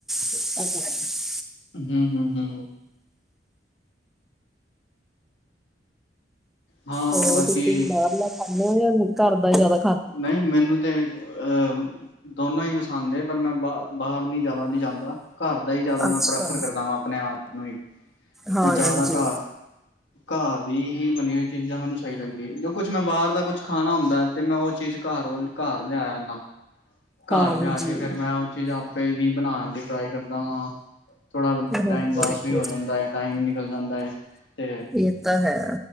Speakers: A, in the centre; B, on the left.
A: <inaudible>
B: ਹੂੰ-ਹੂੰ-ਹੂੰ। ਹਾਂ
A: ਹੋਰ
B: ਬਾਕੀ
A: ਤੁਸੀ ਬਾਹਰਲਾ ਖਾਣੇ ਓ ਜਾਂ ਘਰ ਦਾ ਜਾਦਾ
B: ਨਈ ਮੈਨੂੰ ਤੇ ਅਹ ਦੋਨੋਂ ਈ ਪਸੰਦ ਏ, ਪਰ ਮੈਂ ਬਾਰ ਬਾਹਰ ਨੀ ਜਾਦਾ ਨੀ ਜਾਂਦਾ। ਘਰ ਦਾ ਈ ਜਾਦਾ ਮੈਂ
A: ਅੱਛਾ
B: ਪ੍ਰੈਫਰ ਕਰਦਾ ਵਾਂ ਆਪਣੇ ਆਪ ਨੂੰ ਈ,
A: ਹਾਂਜੀ
B: ਮੈਂ ਜਾਦਾ ਘਰ ਘਾਰ ਦੀ ਹੀ ਬਣੀ ਹੋਈ ਚੀਜ਼ਾਂ ਮੈਨੂੰ ਸਈ ਲਗਦੀ ਏ, ਜੋ ਕੁੱਛ ਮੈਂ ਬਾਰ ਦਾ ਕੁੱਛ ਖਾਣਾ ਹੁੰਦਾ ਐ ਤੇ ਮੈਂ ਓ ਚੀਜ਼ ਘਰ ਵੱਲ ਘਰ ਲੈ ਆਣਾ। ਘਰ
A: ਹਾਂਜੀ
B: ਲਿਆ ਕੇ ਫੇਰ ਮੈਂ ਓ ਚੀਜ਼ ਆਪੇ ਵੀ ਬਨਾਣ ਦੀ ਟਰਾਈ ਕਰਦਾ ਵਾਂ। ਥੋੜਾਂ ਟਾਈਮ
A: ਹੋਰ
B: ਪਾਸ ਵੀ
A: ਕੀ
B: ਹੋ ਜਾਦਾ ਏ, ਟਾਇਮ ਨਿਕਲ ਜਾਂਦਾ ਏ ਤੇ
A: ਏ ਤਾ ਹੈ।